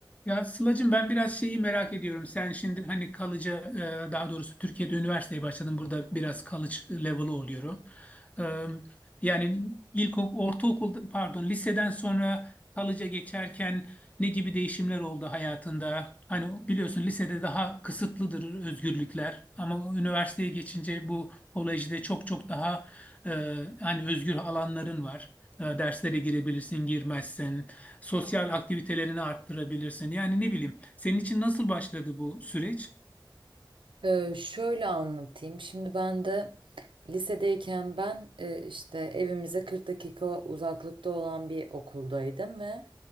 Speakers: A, on the left; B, on the right.
A: Ya Sıla'cığım ben biraz şeyi merak ediyorum. Sen şimdi hani kalıcı e, daha doğrusu Türkiye'de üniversiteye başladın. Burada biraz college level'ı oluyor. E, Yani ilk ok-, ortaokul pardon liseden sonra kalıca geçerken ne gibi değişimler oldu hayatında? Hani biliyorsun lisede daha kısıtlıdır özgürlükler ama üniversiteye geçince bu kolejde çok çok daha e, hani özgür alanların var. E, Derslere girebilirsin, girmezsin. Sosyal aktivitelerini arttırabilirsin. Yani ne bileyim, senin için nasıl başladı bu süreç?
B: Ee, şöyle anlatayım. Şimdi ben de lisedeyken ben e, işte evimize 40 dakika uzaklıkta olan bir okuldaydım ve